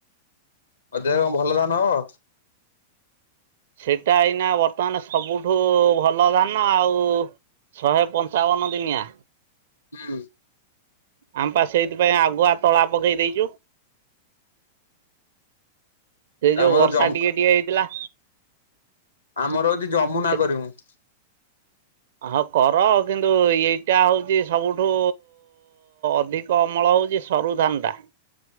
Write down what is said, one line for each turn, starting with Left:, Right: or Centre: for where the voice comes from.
Left: ଅଧିଆ ଅଁ ଭଲ ଧାନ ହବ?
Right: ସେଟା ଏଇନା ବର୍ ତମାନେ ସବୁଠୁ ଭଲ ଧାନ ଆଉ ଶହେ ପଞ୍ଚାବନ ଦିନିଆ।
Left: ହୁଁ।
Right: ଆମେ ପା ସେଇଥିପାଇଁ ଆଗୁଆ ତଳା ପକେଇ ଦେଇଚୁ। ସେ ଯୋଉ
Left: ଆମର
Right: ବର୍ଷା
Left: ଜମ
Right: ଟିକେ ଟିକେ ହେଇଥିଲା।
Left: ଆମର ହଉଚି ଯମୁନା
Right: ସେ
Left: କରିମୁୁ।
Right: ହଁ କର କିନ୍ତୁ ଏଇଟା ହଉଚି ସବୁଠୁ ଅଧି କ ଅମଳ ହଉଚି ସରୁ ଧାନଟା।